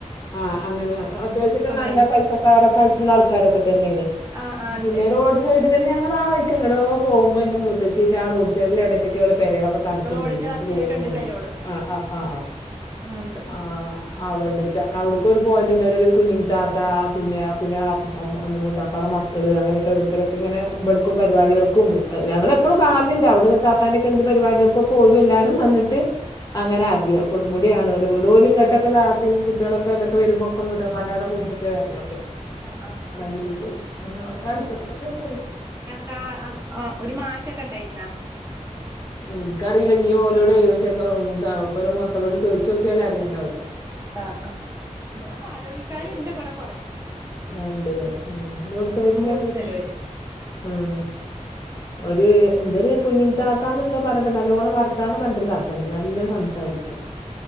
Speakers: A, on the left; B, on the right.
A: ആഹ് അങ്ങനെ അത്യാവശ്യംനല്ല
B: മാതിരി
A: പൈസക്കാരൊക്കെ ആയിട്ടുള്ള ആൾക്കാരൊക്കെ തന്നെയാണ്.
B: ആ ആ ഉണ്ട്
A: പിന്നെ റോഡ് സൈഡി തന്നേ.? അതാ ആ വൈക്ക് എങ്ങടോ പോക്പോ ഇന്റെ മുത്തച്ചീ് ആ റോഡ്‌ സൈഡിൽ എവിടൊക്ക പെരളൊക്കെ. കാണിച്ച്
B: റോഡിന്റെ
A: തന്നീരുന്നു
B: വക്കിനൊക്കെ
A: എനിക്കൊരു ഓർമയിണ്ട്
B: ഉണ്ട് പേരോള്
A: ആ ആആആ
B: ആ, ഉണ്ട്
A: ആഹാ അവിടുത്ത്. അവിട്ക്ക് ഓല് പോവല്ണ്ട് ഒരു കുഞ്ഞിമ് താത്ത പിന്നെ പിന്നെ അന്ന് മൂതാ പേടേ മ മക്കള് അങ്ങനെയൊക്കെ ഓരോരുത്തർക്ക് ഇങ്ങനെ ഇവിടുക്കും പരിപാടികൾക്കും ഞങ്ങള് എപ്പോഴും കാണുന്നുണ്ട് അവിടുന്ന്. താത്താന്റെ ഒക്കെ എന്ത് പരിപടിക കൊക്കെ ഓലും എല്ലാരുംവന്നിട്ട്. അങ്ങനെ
B: ആ ആ,
A: അറിയ കൊടുമുടിയാണോ ലെ വീട് ഓല് ഇങ്ങട്ടൊക്കെ താ കുട്ടിയാളൊക്കെ പ്പവരക്കെ വരുമ്പോക്കെ മുതാപ്പാന്റെ അവിടെ പോയിട്ടൊക്കെ വര ലൊക്കെ.
B: ആ ആ
A: വളഞ്ചേരിപോയിട്ട് ഉം അടുത്തൊക്കേപൊയിട്ട് വരും
B: കാ ആ ഒ ഒരു മാസക്കെണ്ടായിരുന്ന.
A: ഇൻക്കറില്ല നീ ഓലോട് ചെയിച്ചക്കെ വരെ മക്കളോട് ചോദിച്ചു നോക്കിയാല അറിയിണ്ടാവും.
B: ആഹ് ആ ഇവിടെ പാലോളിക്കാര് ഇണ്ട് ഇവിടെ കൊറേ.
A: ആഹ് ഇണ്ട്ല്ലേ ഉം റോഡ് സൈഡിലകാ
B: ഉണ്ട് ചിലവര്
A: അഹ് ഒരു എന്തൊരു കുഞ്ഞിമ് താത്താന്ന് എന്തോ പറഞ്ഞിട്ട് നല്ലോണം വർത്താനം പറഞ്ഞിട്ടൊരു താത്തണ്ട് നല്ലോണം സംസാരി. <unintelligible>